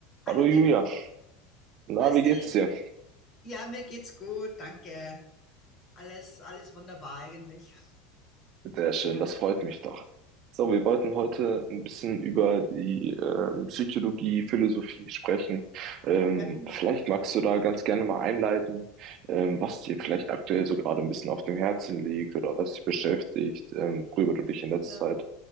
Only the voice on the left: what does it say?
Hallo Nico,
grüß
dich.
Ja, mir geht's gut, danke. Alles, alles wunderbar eigentlich.
Ja,
ja genau.
Ja,